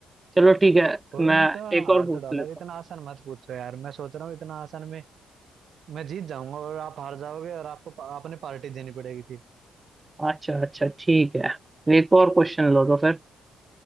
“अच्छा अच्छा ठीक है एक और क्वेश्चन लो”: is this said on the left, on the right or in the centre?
Right